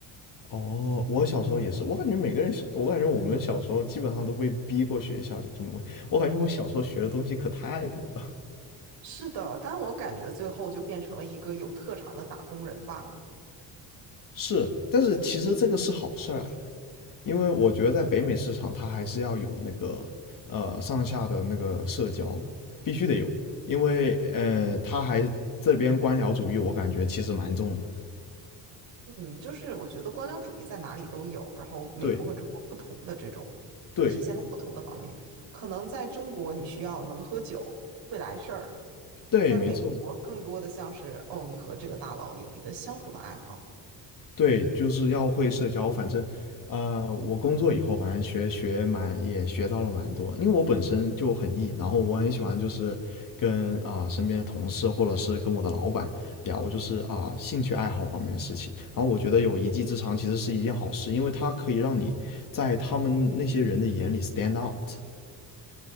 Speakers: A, on the left; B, on the right.
A: 哦，我小时候也是，我感觉每个人小我感觉我们小时候基本上都被逼过学校什么什么东西。我感觉我小时候学的东西可太多了。
B: 是的，但我感觉最后就变成了一个有特长的打工人罢了。
A: <laughs> 是，但是其实这个是好事儿来的，因为我觉得在北美市场，它还是要有那个呃上下的那个社交的，必须得有，因为呃，它还这边官僚主义，我感觉其实蛮重的。
B: 嗯，就是我觉得官僚主义在哪里都有，然后美国和中国不同的这种
A: 对对
B: 体现在不同的方面。可能在中国你需要能喝酒，会来事儿，
A: 对，
B: 在美国更多的像是哦，
A: 没错。
B: 你和这个大佬有一个相同的爱好。
A: 对，就是要会社交。反正，呃，我工作以后，反正学学蛮也学到了蛮多。因为我本身就很 E，然后我很喜欢就是跟啊、身边的同事或者是跟我的老板聊，就是啊、兴趣爱好方面的事情。然后我觉得有一技之长其实是一件好事，因为它可以让你在他们那些人的眼里 stand out。